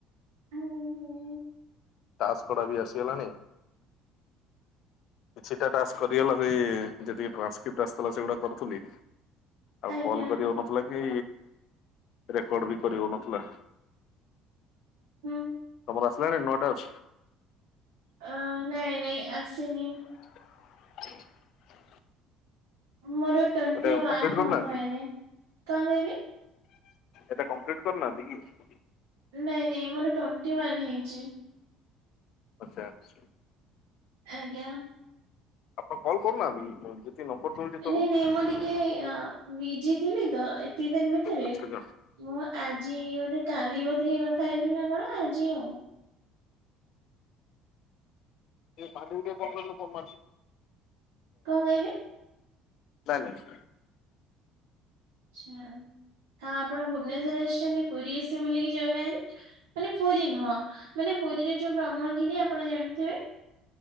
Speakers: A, on the right; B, on the left.
A: ହୁଁ
B: ତାସ କଡ଼ା ବି ଆସିଗଲାଣି। କିଛିଟା ଟାସ୍କ କରିଗଲା ସେ ଯେତିକି ଟ୍ରାନ୍ସକ୍ରିପ୍ଟ ଆସିଥିଲା ସେଗୁଡ଼ା କରୁଥିଲି। ଆଉ
A: ଆଜ୍ଞା
B: କଲ୍ କରିହଉନଥିଲା କି ରେକର୍ଡ ବି କରିହଉନଥିଲା।
A: ହୁଁ।
B: ତମର ଆସିଲାଣି ନୂଆ ଟାସ୍କ।
A: ଅ ନାଇଁ ନାଇଁ ଆସିନି।
B: <inaudible>
A: ମୋର ଟ୍ୱେଣ୍ଟି
B: ଏଟା
A: ୱାନ୍
B: କମ୍ପ୍ଲିଟ କରିନାହାନ୍ତି
A: ହବ ଏଇନେ କଣ କହିବି?
B: ଏଟା କମ୍ପ୍ଲିଟ କରୁନାହାନ୍ତି କି?
A: ନାଇଁ ନାଇଁ ମୋର ଟ୍ୱେଣ୍ଟି ୱାନ୍ ହେଇଛି।
B: ଆଚ୍ଛା।
A: ଆଜ୍ଞା।
B: ଆପଣ କଲ୍ କରୁନାହାନ୍ତି ଯେ ନମ୍ବର ଦଉଛି ସବୁ
A: ନାଇଁ ନାଇଁ ମୁଁ ଟିକେ ବିଜି ଥିଲି ତ ଏତିକି ଦିନ ଭିତରେ
B: ଆଚ୍ଛା ନାଇଁ
A: ମୁଁ ଆଜି ବୋଧେ କାଲି ବୋଧେ ହେଇ କଥା ହେଇଥିଲି ନା କଣ ଆଜି ଆଉ?
B: <inaudible>
A: କଣ କହିଲେ?
B: ନାଇଁ ନାଇଁ।
A: ଆଛା ଆ ଆପଣ ଭୁବନେଶ୍ଵର ଆସିଛନ୍ତି ପୁରୀ ଆସିବେ ବୁଲିକି ଯାଉନାହାନ୍ତି? ମାନେ ପୁରୀ ନୁହଁ ମାନେ ପୁରୀରେ ଯୋଉ ବ୍ରହ୍ମଗିରି ଆପଣ ଜାଣିଥିବେ?